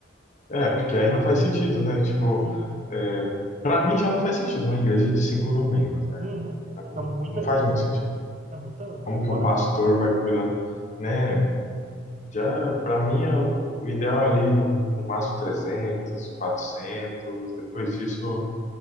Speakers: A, on the left; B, on the right.
A: É, porque aí
B: Na,
A: não faz sentido, né? Tipo,
B: sim,
A: é, para mim já não faz sentido uma igreja de 5 mil membros, né?
B: uhum.
A: Para
B: Fica
A: mim não,
B: muita
A: não faz
B: gente,
A: muito
B: né?
A: sentido.
B: É muita,
A: Como
B: é
A: que
B: fora,
A: um pastor vai cuidar, né? Já, para mim, é o o ideal é ali no, no máximo 300, quatrocentos, Depois disso,